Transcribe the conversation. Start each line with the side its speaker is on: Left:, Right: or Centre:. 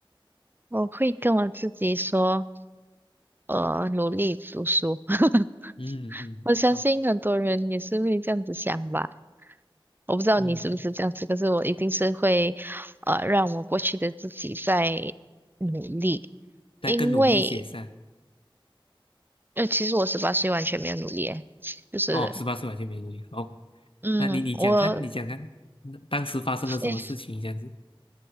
Right: 我会跟我自己说，呃，努力读书。<laughs>
Left: 嗯嗯，
Right: 我相信很多人也是会这样子想吧。
Left: 好，
Right: 我不知道你是不是这样子，
Left: 嗯，
Right: 可是我一定是会，呃，让我过去的自己在努力。
Left: 再更努力一些是吧？
Right: 因为呃，其实我十八岁完全没有努力，诶，就是，
Left: 哦，十八岁完全没努力。好，
Right: 嗯，
Left: 那你你讲看，
Right: 我，
Left: 你讲看，嗯当时发生了什么事情？
Right: 诶，
Left: 这样子